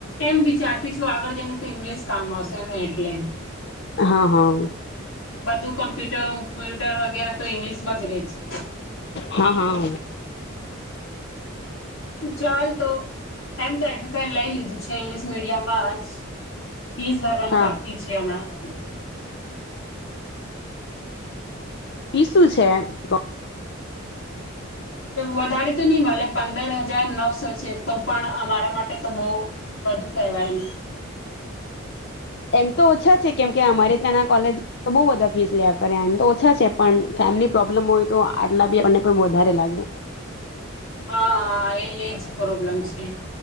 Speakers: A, on the left; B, on the left.
A: એમ વિચારતી છું આગળ જઈને તો ઈગ્લીિશ કામ આવસે ને એટલે
B: હા હા
A: બધું કમ્પ્યુટરમ્પ્યુટર વગેરે તો ઇંગ્લિશમાં જ રે છે.
B: હા હા
A: ચાલ તો એમ તો એડમિસન લઈ લીધું છે ઇંગ્લિશ મીડિયમમાં જ ફીસ ભરવાનું
B: હા
A: બાકી છે હમણાં <inaudible>
B: ઈ શું છે ક
A: વધારે તો ની ભલે પંદર હજાર નવસો છે તો પણ અમારા માટે તો બો વધુ કેવાય ને
B: એમ તો ઓછા છે કેમ કે અમારે ત્યાંના કોલેજ બો બધા ફીસ લેયા કરે એમ તો ઓછા છે પણ ફેમિલી પ્રોબ્લેમ હોય તો આટલા બી આપણને પણ વધારે લાગે
A: હા હા, એ એજ પ્રોબ્લેમ છે,